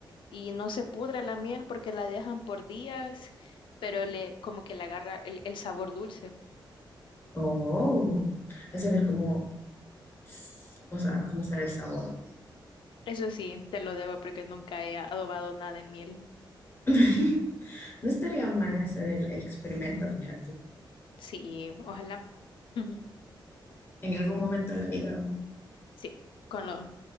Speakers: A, on the left; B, on the left.
A: y no se pudre la miel porque la dejan por días, pero le como que le agarra el, el sabor dulce.
B: Oh, vas a ver cómo, s- o sea, cómo será el sabor.
A: Eso sí, te lo debo porque nunca he adobado nada en miel.
B: <laughs> No estaría mal hacer el, el experimento, fíjate,
A: Sí, ojalá. <laughs>
B: en algún momento de la vida,
A: Sí, con lo